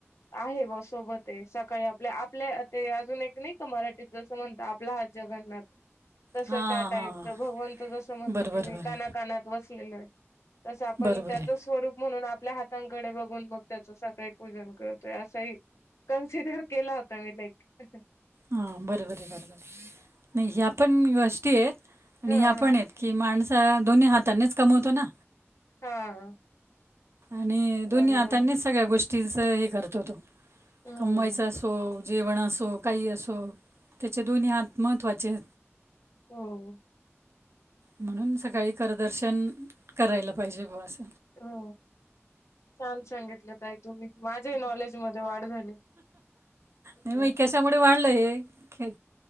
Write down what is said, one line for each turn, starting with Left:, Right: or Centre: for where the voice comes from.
Left: आहे बवा सोबत आहे. सकाळी आपल्या आपल्या ते अजून एक नाही का मराठीत जसं म्हणतात आपला हात जगन्नाथ. तस
Right: हां,
Left: त्या टाईपच
Right: हां.
Left: भगवंत जसं म्हणतो
Right: बरं,
Left: की
Right: बरं,
Left: मी
Right: बरं.
Left: कना कनात वसलेलो आहे. तस आपण
Right: बरोबर
Left: त्याच
Right: आहे.
Left: स्वरूप म्हणून आपल्या हातांकडे बघून मग त्याचं सकाळी पूजन करतोय असाही कन्सिडर केला होता मी लाईक
Right: हा बर बर बर बर नाही ह्या पण गोष्टी आहेत. आणि
Left: हा
Right: ह्या
Left: हा
Right: पण आहेत की माणस दोन्ही हातानेच कमवतो ना.
Left: हा
Right: आणि दोन्ही
Left: बरोबर
Right: हातांनीच सगळ्या गोष्टींच हे करतो तो
Left: हो
Right: कमवायचा असो जेवण असो. काही असो. त्याचे दोन्ही हात महत्त्वाचे.
Left: हो
Right: म्हणून सकाळी करदर्शन करायला पाहिजे बुवा असं.
Left: हो छान सांगितलं ताई तुम्ही. माझ्याही नॉलेज मध्ये वाढ झाली. तुमच्यामुळे.
Right: नाही म कशामुळे वाढलं हे